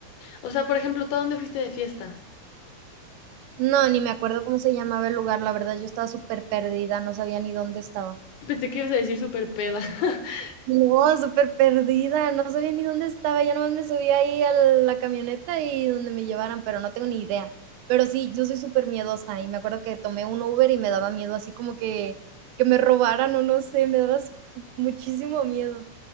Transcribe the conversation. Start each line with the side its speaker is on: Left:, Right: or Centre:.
Left: O sea, por ejemplo, ¿tú a dónde fuiste de fiesta?
Right: No, ni me acuerdo cómo se llamaba el lugar, la verdad, yo estaba súper perdida, no sabía ni dónde estaba.
Left: <laughs> Pensé que ibas a decir súper peda. <laughs>
Right: No, súper perdida, no sabía ni dónde estaba, yo nomás me subía ahí a la camioneta y donde me llevaran, pero no tengo ni idea. Pero sí, yo soy súper miedosa y me acuerdo que tomé un Uber y me daba miedo, así como que que me robaran o no sé, me daba s muchísimo miedo.